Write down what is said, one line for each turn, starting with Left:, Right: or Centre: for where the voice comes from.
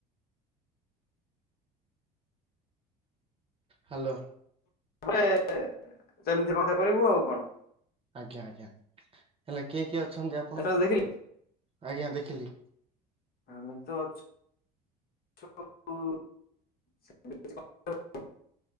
Right: ହ୍ୟାଲୋ।
Left: ଆ ପରେ ସେମିତି ଗୋଟେ କରିବୁ ଆଉ କଣ?
Right: ଆଜ୍ଞା ଆଜ୍ଞା ହେଲେ କିଏ କିଏ ଅଛନ୍ତି ଆ
Left: ଏଟା କୁ ଦେଖିଲେ।
Right: ଆଜ୍ଞା ଦେଖିଲି।
Left: ଆମେ ତ ଅଛୁ <unintelligible>